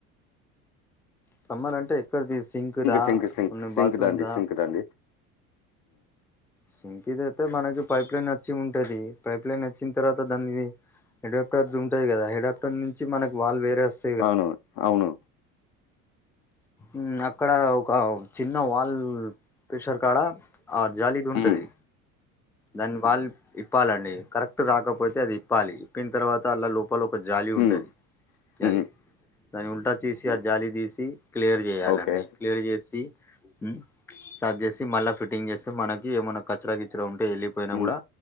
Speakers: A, in the centre; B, on the left.
A: ప్లంబర్ అంటే ఎక్కడిది సింక్ దా
B: సింక్ సింక్
A: ఉన్
B: సింక్
A: బాత్రూమ్
B: దండి
A: దా
B: సింక్ దండి
A: సింక్ ది అయితే మనకి పైప్ లైన్ వచ్చి ఉంటది పైప్లైన్ వచ్చిన తర్వాత దాని హెడాప్టర్స్ ఉంటాయి కదా హెడాప్టర్ నుంచి మనకు వాల్ వేరే వస్
B: అవునవును అవును
A: ఉమ్ అక్కడ ఒక చిన్న వాల్ ప్రెషర్ కాడ ఆ జాలిది ఉంటది.
B: ఉమ్
A: దాన్ని వాల్ ఇప్పాలండి కరెక్ట్ పట్టు రాకపోతే అది ఇప్పాలి ఇప్పిన తర్వాత అండ్ల లోపల ఒక జాలి ఉంటది.
B: ఉమ్
A: జాలి
B: ఉమ్
A: దాని ఉల్టా తీసి ఆ జాలి తీసి క్లియర్ చేయాలండి
B: ఓకే
A: క్లియర్ చేసి ఉమ్ సరి చేసి మళ్ళా ఫిట్టింగ్ చేస్తే మనకి ఏమైనా కచరా కిచరా ఉంటే ఎల్లి పోయినా
B: ఉమ్
A: కూడా